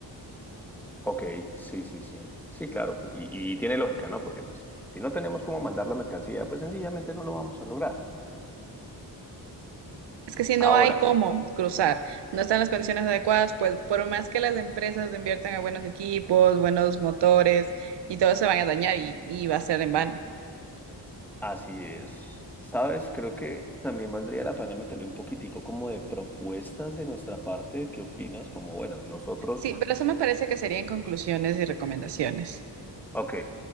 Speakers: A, in the centre; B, on the right.
A: Ok, sí, sí, sí. Sí, claro, pues, y, y tiene lógica, ¿no? Porque pues si no tenemos cómo mandar la mercancía, pues sencillamente no lo vamos a lograr.
B: Es que si no
A: Ahora,
B: hay cómo cruzar, no están las condiciones adecuadas, pues por más que las empresas inviertan a buenos equipos, buenos motores y todo se van a dañar y, y va a ser en vano.
A: así es. Sabes, creo que también valdría la pena meterle un poquitico como de propuestas de nuestra parte. ¿Qué opinas? Como, bueno, nosotros,
B: Sí, pero eso me parece que serían conclusiones y recomendaciones.
A: ok,